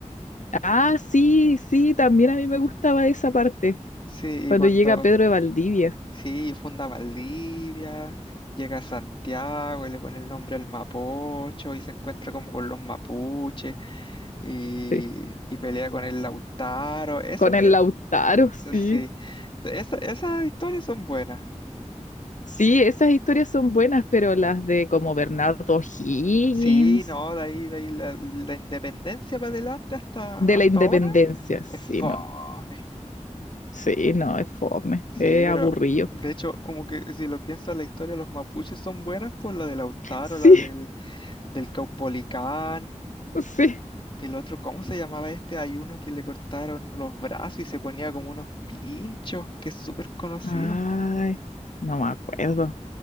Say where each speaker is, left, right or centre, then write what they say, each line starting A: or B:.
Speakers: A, on the left (about 80°); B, on the left (about 40°).
A: Ah, sí, sí, también a mí me gustaba esa parte,
B: Sí,
A: cuando
B: y cuando,
A: llega Pedro de Valdivia,
B: sí, funda Valdivia, llega a Santiago y le pone el nombre al Mapocho y se encuentra como con los mapuches y,
A: sí,
B: y pelea con el Lautaro. Esa,
A: con
B: eh,
A: el Lautaro, sí.
B: sí, esa- esas historias son buenas.
A: Sí, esas historias son buenas, pero las de como Bernardo Higgins,
B: Sí, no, de ahí, de ahí la, la independencia para adelante hasta,
A: de
B: hasta
A: la Independencia,
B: ahora
A: sí,
B: es fome.
A: no, sí, no, es fome,
B: Sí,
A: es
B: pero
A: aburrido.
B: de
A: <laughs>
B: hecho, como que si lo piensas, la historia de los mapuches son buenas por la de Lautaro,
A: Sí,
B: la del, del Caupolicán.
A: sí.
B: Del otro, ¿cómo se llamaba este? Hay uno que le cortaron los brazos y se ponía como unos pinchos, que es súper conocido.
A: Ay, no me acuerdo.